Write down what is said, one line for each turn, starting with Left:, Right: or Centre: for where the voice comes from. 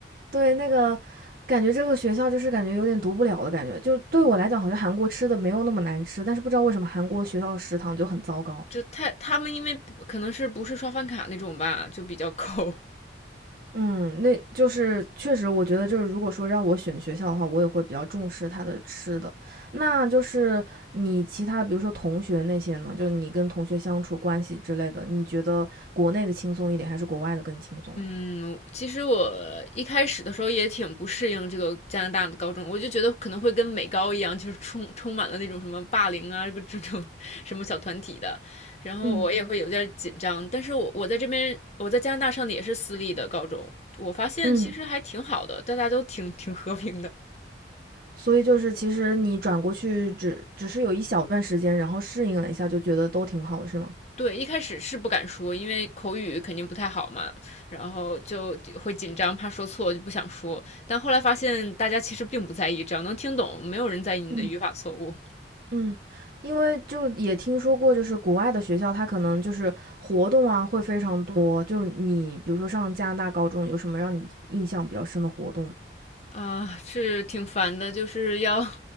Right: 对那个感觉这个学校就是感觉有点读不了的感觉，就对我来讲好像韩国吃的没有那么难吃，但是不知道为什么韩国学校食堂就很糟糕。
Left: 就他他们因为可能是不是刷饭卡那种吧，就比较抠。
Right: 嗯，那就是确实，我觉得就是如果说让我选学校的话，我也会比较重视它的吃的。那就是你其他比如说同学那些呢，就是你跟同学相处关系之类的，你觉得国内的轻松一点，还是国外的更轻松啊？
Left: 嗯，其实我一开始的时候也挺不适应这个加拿大的高中，我就觉得可能会跟美高一样，就是充充满了那种什么霸凌啊，这个这种什么小团体的，然后我也会有点紧张。
Right: 嗯。
Left: 但是我我在这边我在加拿大上的也是私立的高中，我发现其实还挺好的，
Right: 嗯，
Left: 大家都挺挺和平的。
Right: 所以就是其实你转过去只只是有一小段时间，然后适应了一下，就觉得都挺好的，是吗？
Left: 对，一开始是不敢说，因为口语肯定不太好嘛，然后就会紧张，怕说错，就不想说。但后来发现大家其实并不在意，只要能听懂，没有人在意你的语法错误
Right: 嗯。嗯，因为就也听说过，就是国外的学校，它可能就是活动啊会非常多。就你比如说上加拿大高中，有什么让你印象比较深的活动吗
Left: 啊，是挺烦的。就是要